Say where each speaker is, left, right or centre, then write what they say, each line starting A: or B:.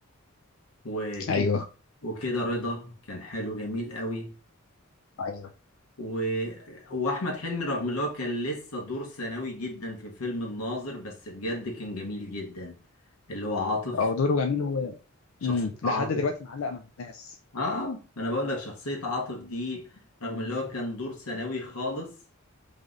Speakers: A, on the left; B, on the left.
A: وكده
B: ايوه
A: وكده رضا كان حلو جميل قوي
B: ايوه
A: و- واحمد حلمي رغم ان هو كان لسه دور ثانوي جدا في فيلم الناظر بس بجد كان جميل جدا اللي هو عاطف
B: هو دوره جميل هو
A: شخصية
B: امم لحد
A: عاطف
B: دلوقتي معلق مع الناس
A: اه ما انا بقول لك شخصية عاطف دي رغم ان هو كان دور ثانوي خالص